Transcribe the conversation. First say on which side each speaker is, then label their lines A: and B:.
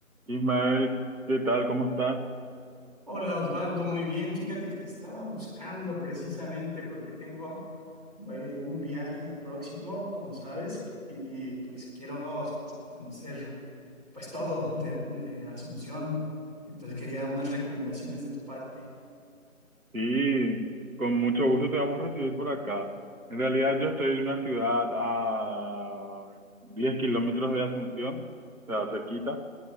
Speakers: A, on the right; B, on the right.
A: Ismael, ¿qué tal? ¿Cómo estás?
B: Hola Osvaldo, muy bien. Fíjate que te estaba buscando precisamente porque tengo eh, un viaje próximo, como sabes, y y, pues quiero conocer pues todo de, de Asunción. Entonces quería unas recomendaciones de tu parte.
A: Sí, con mucho gusto te vamos a recibir por acá. En realidad yo estoy en una ciudad a 10 kilómetros de Asunción, o sea, cerquita,